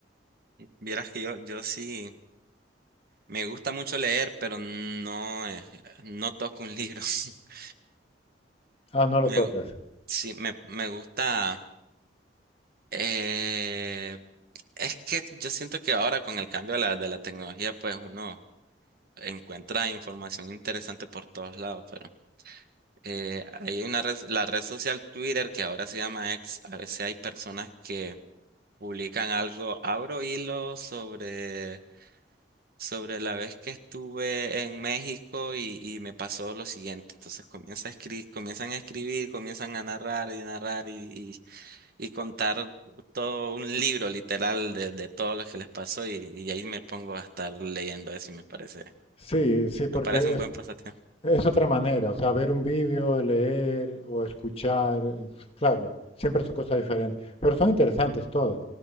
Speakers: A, on the right; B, on the left.
A: Vieras que yo, yo sí, me gusta mucho leer, pero no, eh, no toco un libro. <laughs>
B: Ah, no lo
A: Me,
B: tocas.
A: gu- sí, me, me gusta. eh, es que yo siento que ahora con el cambio de la, de la tecnología, pues uno encuentra información interesante por todos lados, pero eh, hay una red, la red social Twitter que ahora se llama X, a veces hay personas que publican algo, abro hilo sobre, sobre la vez que estuve en México y, y me pasó lo siguiente, entonces comienza a escribir, comienzan a escribir, comienzan a narrar y narrar y, y, y contar todo un libro literal de, de todo lo que les pasó y, y ahí me pongo a estar leyendo eso y me parece,
B: Sí, sí, porque
A: me parece un
B: es,
A: buen pasatiempo.
B: es otra manera, o sea, ver un vídeo, leer o escuchar, eh, claro, siempre son cosas diferentes, pero son interesantes todas.